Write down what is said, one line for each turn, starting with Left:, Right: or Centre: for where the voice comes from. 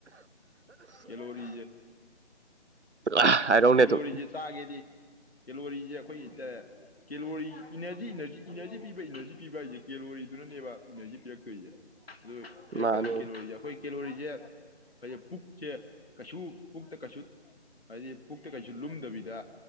Left: ꯀꯂꯣꯔꯤ
Right: ꯄꯨꯔꯥ ꯍꯥꯏꯔꯧꯅꯦ ꯑꯗꯨꯝ
Left: ꯂꯣꯔꯤꯁꯦ ꯆꯥꯒꯦꯗꯤ ꯀꯦꯂꯣꯔꯤꯁꯦ ꯑꯩꯈꯣꯏ ꯀꯦꯂꯣꯔꯤ ꯏꯅꯔꯖꯤ ꯏꯅꯖꯤ ꯏꯅꯔꯖꯤ ꯄꯤꯕ ꯏꯅꯔꯖꯤ ꯄꯤꯕ ꯍꯥꯏꯁꯦ ꯀꯦꯂꯣꯔꯤꯗꯨꯅꯅꯦꯕ ꯏꯅꯔꯖꯤ ꯄꯤꯔꯛꯇꯣꯏꯁꯦ ꯑꯗꯨ ꯄꯤꯔꯛꯀꯗꯕ
Right: ꯃꯥꯅꯤ
Left: ꯀꯤꯂꯣꯁꯦ ꯑꯩꯈꯣꯏ ꯀꯦꯂꯣꯔꯤꯁꯦ ꯑꯩꯣꯏ ꯄꯨꯛꯁꯦ ꯀꯩꯁꯨ ꯄꯨꯛꯇ ꯀꯩꯁꯨ ꯍꯥꯏꯗꯤ ꯄꯨꯛꯇ ꯀꯩꯁꯨ ꯂꯨꯝꯗꯕꯤꯗ